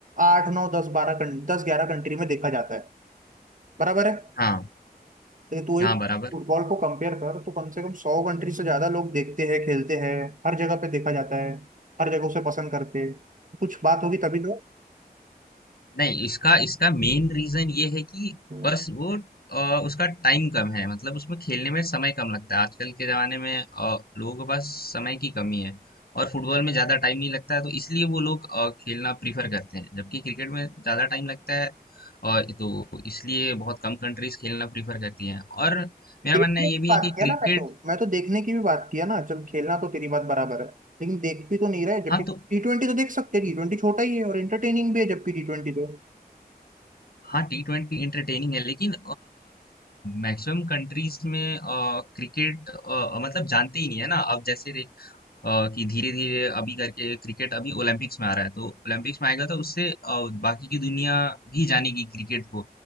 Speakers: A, on the right (about 55°); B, on the left (about 70°).
A: आठ नौ दस बारह दस ग्यारह कंट्री में देखा जाता है बराबर है
B: हाँ
A: लेकिन तू एक
B: हाँ बराबर
A: फुटबॉल को कंपेयर कर तो कम से कम सौ कंट्री से ज्यादा लोग देखते हैं खेलते हैं हर जगह पे देखा जाता है हर जगह उसे पसंद करते हैं कुछ बात होगी तभी
B: नहीं इसका इसका मेन रीजन ये है कि
A: तो
B: बस वो अ, उसका टाइम कम है मतलब उसमें खेलने में समय कम लगता है आजकल के जमाने में अ, लोगों के पास समय की कमी है और फुटबॉल में ज्यादा टाइम नहीं लगता है तो इसलिए वो लोग अ, खेलना प्रीफर करते हैं जबकि क्रिकेट में ज्यादा टाइम लगता है और तो इसलिए बहुत कम कंट्रीज खेलना प्रीफर करती हैं और मेरा
A: देखने
B: मानना
A: की
B: ये भी
A: बात
B: है कि
A: किया
B: क्रिकेट
A: ना मैं तो मैं तो देखने की भी बात किया ना चल खेलना तो तेरी बात बराबर है लेकिन देख भी तो नहीं रहे जबकि
B: हाँ तो
A: टी ट्वेंटी तो देख सकते हैं टी ट्वेंटी छोटा ही है और एंटरटेनिंग भी है जबकि टी ट्वेंटी तो
B: हाँ टी ट्वेंटी इंटरटेनिंग है लेकिन मैक्सिमम कंट्रीज में क्रिकेट मतलब जानते ही नहीं है ना अब जैसे अ, कि धीरे धीरे अभी करके क्रिकेट अभी ओलंपिक्स में आ रहा है तो ओलंपिक्स में आएगा तो उससे अ, बाकी की दुनिया भी जानेगी क्रिकेट को